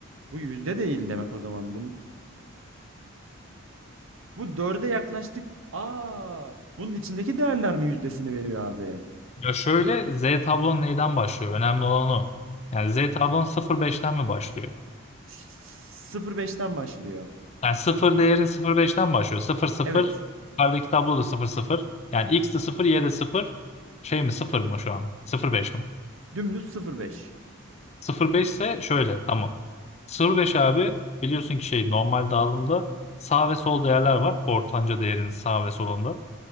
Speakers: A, on the right; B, on the left.
A: bu yüzde değil demek o zaman. Bun, bu dörde yaklaştık. Aa, bunun içindeki değerler mi yüzdesini veriyor abi?
B: Ya şöyle Z tablon neyden başlıyor? Önemli olan o. Yani Z tablon sıfır beşten mi başlıyor?
A: Ş- beşten başlıyor.
B: Yani sıfır değerin sıfır beşten başlıyor. Sıfır sıfır
A: Evet.
B: Yukarıdaki tablo da sıfır sıfır. Yani X de sıfır Y de sıfır Şey mi sıfır mı şu an? Sıfır beş mi?
A: Dümdüz sıfır virgül beş
B: Sıfır beş ise şöyle tamam. Sıfır beş abi biliyorsun ki şey normal dağılımda sağ ve sol değerler var. Ortanca değerinin sağ ve solunda.